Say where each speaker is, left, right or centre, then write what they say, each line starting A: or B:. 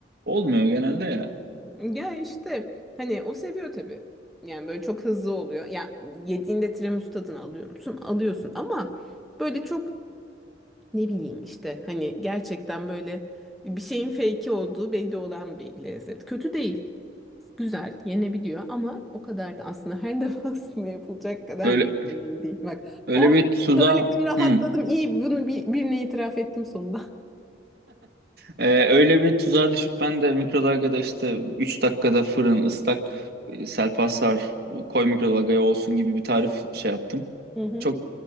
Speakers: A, on the right; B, in the centre.
A: olmuyor genelde ya.
B: Ya işte hani o seviyor tabii. Yani böyle çok hızlı oluyor. Ya yediğinde tiramisu tadını alıyor musun? Alıyorsun ama böyle çok ne bileyim işte hani gerçekten böyle bir şeyin fake'i olduğu belli olan bir lezzet. Kötü değil. Güzel, yenebiliyor ama o kadar da aslında her <laughs> defasında yapılacak kadar
A: Öyle
B: mükemmel değil. Bak,
A: öyle
B: o
A: bir tuzağa
B: söyledim, rahatladım.
A: hı.
B: İyi bunu bir, birine itiraf ettim sonunda.
A: Ee, öyle bir tuzağa düşüp ben de mikrodalgada işte üç dakikada fırın ıslak e, selpasar koy mikrodalgaya olsun gibi bir tarif şey yaptım.
B: <laughs>
A: Çok